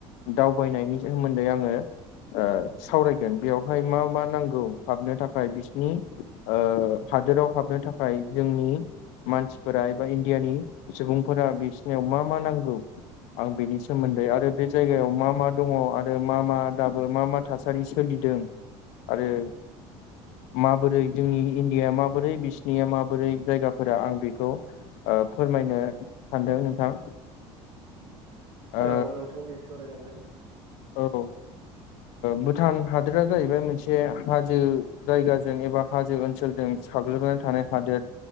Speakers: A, on the left; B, on the right.
A: दावबायनायनि सोमोन्दै आङो ओ सावरायगोन बेयाव। फ्राय मा मा नांगौ हाबनो थाखाय बिसनि ओ हादोराव हाबनो थाखाय जोंनि मानसिफोरा एबा इण्डियानि सुबुंफोरा बिसनियाव मा मा नांगौ आं बेनि सोमोन्दै आरो बे जायगायाव मा मा दङो आरो मा मा दाबो मा मा थासारि सोलिदों आरो माबोरै जोंनि इण्डिया माबोरै बिसनिया माबोरै जायगाफोरा आं बेखौ फोरमायनो सानदों नोंथां ओ
B: औ नोंथां दे सावरायलांदो
A: औ भुटान हादोरा जाहैबाय मोनसे हाजो जायगाजों एबा हाजो ओनसोलजों साग्लोबनानै थानाय हादोर